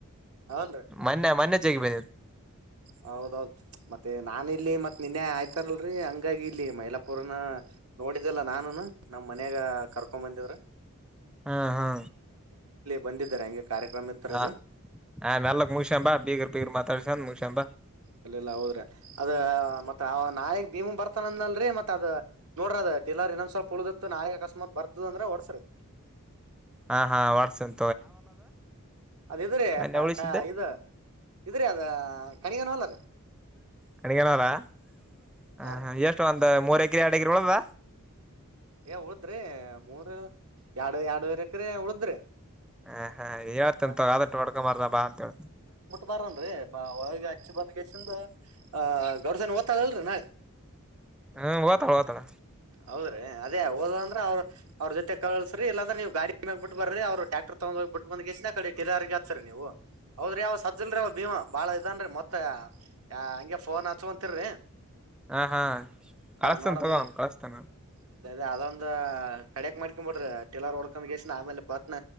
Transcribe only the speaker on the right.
ಹನ್ರಿ
ಹೌದೌದ್ ಮತ್ತೆ ನಾನ ಇಲ್ಲಿ ಮತ್ತ್ ನಿನ್ನೆ ಆಯ್ತಾರಲ್ರರಿ ಹಂಗಾಗಿ ಇಲ್ಲಿ ಮೈಲಾಪುರನ ನೋಡಿದ್ದಲ್ಲ ನಾನುನು ನಮ್ ಮನ್ಯಾಗ ಕರ್ಕೊ ಬಂದಿವ್ರ
ಬಂದಿದ್ದಾರೆ ಹಂಗೆ ಕಾರ್ಯಕ್ರಮ ಇತ್ತರ್
ಇಲ್ಲಿ
ಇಲ್ಲ ಇಲ್ಲ ಹೌದ್ರಿ ಅದ ಮತ್ ನಾಯಿಗ್ ಭೀಮು ಬರ್ತಾನಂದ ಅಲ್ರಿ ಮತ್ ಅ್ ನೋಡ್ರ ಅದ ತಿಲರ್ ಇನ್ನೊಂದ್ ಸ್ವಲ್ಪ ಉಳ್ದ ನಾಯಿ ಅಕಸ್ಮಾತ್ ಬರ್ತದ ಅಂದ್ರ ಓಡಸ್ರಿ
ಅದು ಇದ್ರಿ
ಇದು ಇದ್ರಿ ಅದ ತನಿಗನ ಹೊಲ ರೀ
ಹಾರಿ
ಏ ಉಳದ್ರಿ ಮೂರ್ ಎರಡು ಎರಡುವರಕ್ರೆ ಉಳದ್ರಿ
ಹ
ಬರನ್ರರಿ ಹೊಗೆ ಹಚ್ಚಿ ಬಂದ್ಗೆಚ್ಚಂದು ಆ ಗೌಡ್ಸನ ಓ್ತದಲ್ರರಿ ನಾಳೆ
ಹೌದ್ರೆ ಅದೇ ಹೋದ ಅಂದ್ರ ಅವ್ರ ಅವ್ರ ಜೊತೆ ಕಳಸ್ರರಿ ಇಲ್ಲಂದ್ರೆ ನೀ ಗಾ ಮೆ ಬಿಟ್ಟ ಬ್ರಿ ಅವರು ಟ್ಯಾಕ್ಟ ತಗೊಂಡ ಹೋಗಬ ಬಿಟ್ಟ ಬಂದ ಕಡೆ ಟಲರ್ ಹತ್ರಿ ನೀವು ಹೌದ್ರ ಅವ ಸಜ್ಲ್ೀ ಅವ್ ಭೀಮ ಬಾಳ ಅನ್ರಿ ಮತ್ತ ಹಗೆ ಫೋನ್ ಹಚ್ುವಂತಿರರಿ
ನೋಡಂಗಿಲ್ಲ
ಅದೇ ಅದ ಅದೊಂದು ಕಡಕ್ ಮಾಡ್ಕೊಂಬ ಬಿಡ್ರಿ ಟಲರ್ ಹೊಡ್ಕ್ ಎಷ್ಟ ಆಮೇಲೆ ಪತ್ನ